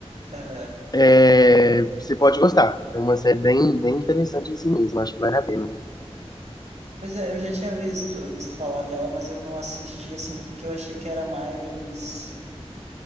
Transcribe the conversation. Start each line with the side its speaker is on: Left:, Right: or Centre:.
Right: Aham.
Left: é, você pode gostar. É uma série bem, bem interessante assim mesmo, acho que vale a pena.
Right: Pois é, eu já tinha visto, visto falar dela, mas eu não assisti, assim, porque eu achei que era mais.